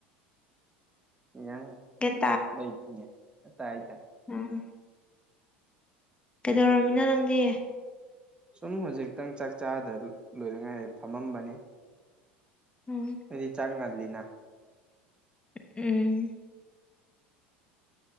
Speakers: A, on the right (about 15°); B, on the left (about 20°).
A: ꯑꯦꯟꯁꯡ
B: ꯒ꯭ꯌꯥꯟ
A: ꯂꯩꯇꯌꯦ ꯇꯥꯏ ꯇꯥꯏ
B: ꯑꯝ ꯀꯩꯗꯧꯔꯝꯃꯤꯅꯣ ꯅꯪꯗꯤ
A: ꯁꯨꯝ ꯍꯧꯖꯤꯛꯇꯪ ꯆꯥꯛ ꯆꯥꯗ ꯂꯣꯏꯗꯉꯥꯏ ꯐꯝꯃꯝꯕꯅꯤ
B: ꯎꯝ
A: ꯅꯣꯏꯗꯤ ꯆꯥꯛ ꯉꯜꯂꯤꯅ
B: ꯎꯝ